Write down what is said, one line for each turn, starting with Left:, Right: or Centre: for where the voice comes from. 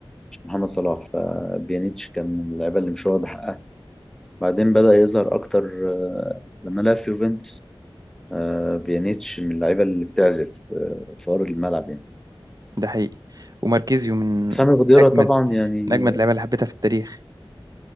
Centre: عشان محمد صلاح فبيانيتش كان من اللعيبة اللي مش واخد حقها بعدين بدأ يظهر أكتر آه، لما لعب في يوفنتوس آه، بيانيتش من اللعيبة اللي بتعزف آه، في أرض الملعب يعني
Right: ده حقيقي وماركيزيو من
Centre: سامي خضيرة
Right: اجمد
Centre: طبعا يعني
Right: من اجمد اللعيبه اللي حبيتها في التاريخ